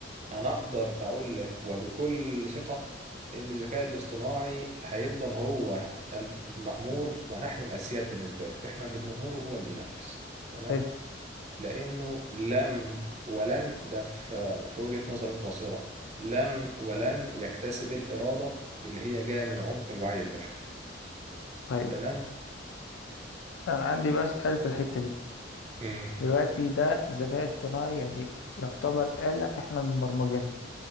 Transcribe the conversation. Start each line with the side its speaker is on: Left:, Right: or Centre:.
Right: انا اقدر اقول لك وبكل ثقة ان الذكاء الاصطناعي هيفضل هو المأمور ونحن الاسياد بالنسبة له احنا اللي بنأمره هو اللي بينفذ تمام
Left: حلو
Right: لانه لم ولن ده في في وجهة نظر القاصرة لم ولن يكتسب الإرادة اللي هي جاية من عمق الوعي البشري
Left: طيب
Right: تمام
Left: أنا عندي بقى سؤال في الحتة دي
Right: مم.
Left: دلوقتي ده ذكاء اصطناعي يعني يعتبر آلة احنا اللي مبرمجينها